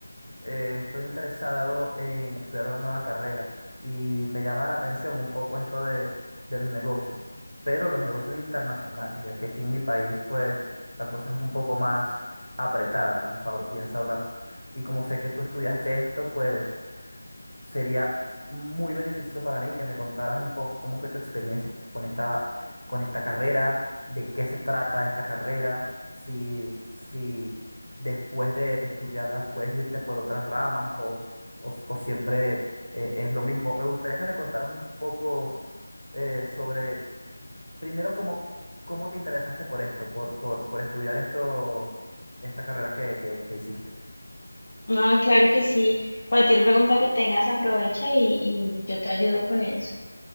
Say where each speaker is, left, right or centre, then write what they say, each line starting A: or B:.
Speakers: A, on the left (about 75°); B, on the left (about 45°).
A: estoy interesado en estudiar una nueva carrera y me llama la atención un poco esto de, de los negocios, pero los negocios internacionales, ya que aquí en mi país, pues, la cosa es un poco más apretada, como sab- bien sabrás. Y como sé que tú estudiaste esto, pues. sería muy beneficioso para mí que me contaras un poco cómo fue tu experiencia con esta, con esta carrera, de qué se trata esta carrera, si, si después de estudiarla puedes irte por otras ramas o, o, o siempre eh, es lo mismo. Me gustaría que me contaras un poco eh, sobre, primero, cómo, cómo te interesaste por esto, por, por, por estudiar esto, esta carrera que, que, que hiciste.
B: Ah, claro que sí. Cualquier pregunta que tengas, aprovecha y, y yo te ayudo con eso.